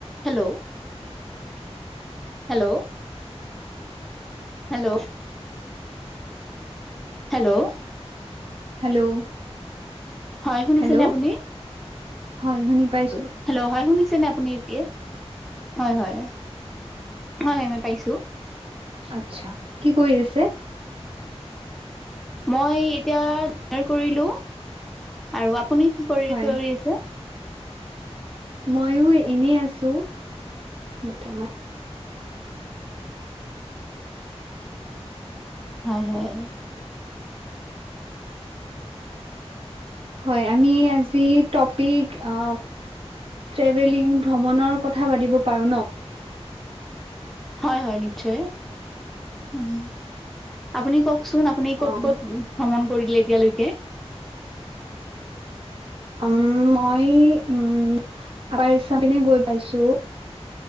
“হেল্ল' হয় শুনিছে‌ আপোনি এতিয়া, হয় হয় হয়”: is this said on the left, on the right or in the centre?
Centre